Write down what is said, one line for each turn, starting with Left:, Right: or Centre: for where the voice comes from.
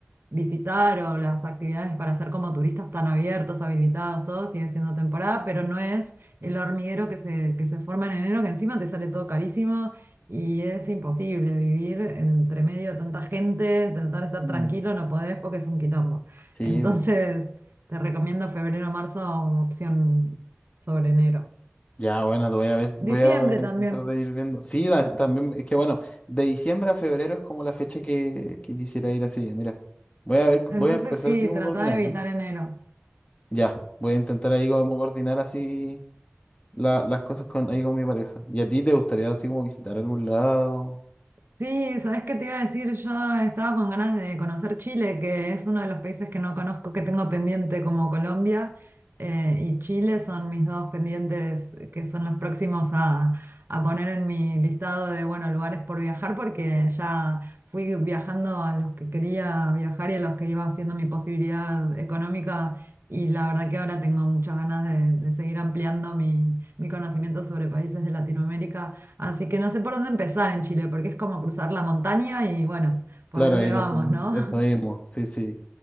Right: visitar o las actividades para hacer como turistas están abiertos, habilitados, todo sigue siendo temporada, pero no es el hormiguero que se, que se forma en enero, que encima te sale todo carísimo y es imposible vivir entre medio de tanta gente, tratar de estar
Left: Mm.
Right: tranquilo, no podés porque es un quilombo.
Left: Sí,
Right: Entonces,
Left: bo.
Right: te recomiendo febrero marzo como opción sobre enero.
Left: Ya, bueno, te voy a ver, voy
Right: Diciembre
Left: a intentar
Right: también.
Left: de ir viendo. Sí, da- también, es que bueno, de diciembre a febrero es como la fecha que, que quisiera ir así, mira. Voy a ver,
Right: Entonces
Left: voy a empezar
Right: sí,
Left: así como
Right: tratá
Left: coordinar,
Right: de evitar enero.
Left: Ya, voy a intentar ahí como coordinar así la- las cosas con, ahí con mi pareja. ¿Y a ti te gustaría así como visitar algún lado?
Right: Sí, ¿sabés qué te iba a decir? Yo estaba con ganas de conocer Chile, que es uno de los países que no conozco, que tengo pendiente como Colombia, eh, y Chile son mis dos pendientes eh, que son los próximos a, a poner en mi listado de, bueno, lugares por viajar, porque ya fui viajando a los que quería viajar y a los que iba haciendo mi posibilidad económica, y la verdad que ahora tengo muchas ganas de, de seguir ampliando mi mi conocimiento sobre países de Latinoamérica. Así que no sé por dónde empezar en Chile, porque es como cruzar la montaña y bueno, por
Left: Claro,
Right: dónde
Left: ahí no
Right: vamos,
Left: sé,
Right: ¿no?
Left: eso mismo, sí, sí.